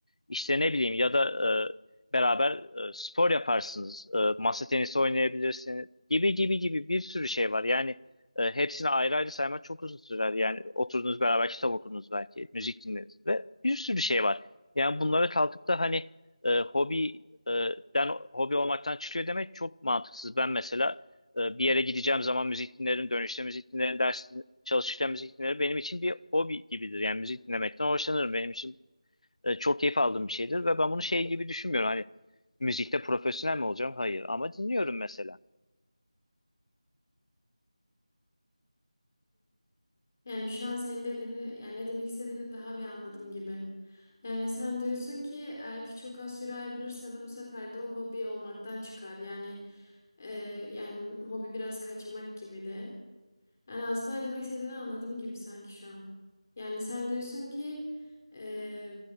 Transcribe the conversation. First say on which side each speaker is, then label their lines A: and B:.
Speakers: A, on the left (about 70°); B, on the left (about 25°).
A: İşte ne bileyim ya da e, beraber e, spor yaparsınız, e, masa tenisi oynayabilirsiniz gibi gibi gibi bir sürü şey var yani. E, hepsini ayrı ayrı saymak çok uzun sürer. Yani oturdunuz beraber kitap okudunuz belki, müzik dinlediniz ve bir sürü şey var. Yani bunlara kalkıp da hani e, hobi e, den hobi olmaktan çıkıyor demek çok mantıksız. Ben mesela e, bir yere gideceğim zaman müzik dinlerim, dönüşte müzik dinlerim, ders din- çalışırken müzik dinlerim. Benim için bir hobi gibidir. Yani müzik dinlemekten hoşlanırım. Benim için e, çok keyif aldığım bir şeydir ve ben bunu şey gibi düşünmüyorum. Hani müzikte profesyonel mi olacağım? Hayır. Ama dinliyorum mesela.
B: Yani şu an senin dediğini, yani ne demek istediğini daha bir anladım gibi. Yani sen diyorsun ki eğer ki çok az süre ayrılırsa da bu sefer de o hobi olmaktan çıkar. Yani e, yani hobi biraz kaçamak gibi de. Yani aslında ne demek istediğini anladım gibi sanki şu an. Yani sen diyorsun ki e,